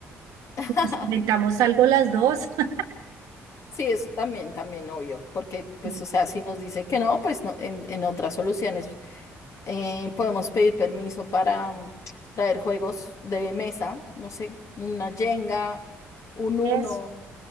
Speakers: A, on the left; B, on the right.
A: <laughs>
B: y nos inventamos algo las dos. <laughs>
A: sí, eso también, también, obvio, porque pues,
B: Sí.
A: o sea, si nos dicen que no, pues no, en, en otras soluciones Eh, podemos pedir permiso para mm, traer juegos de mesa, no sé, una Jenga, un Uno,
B: Eso,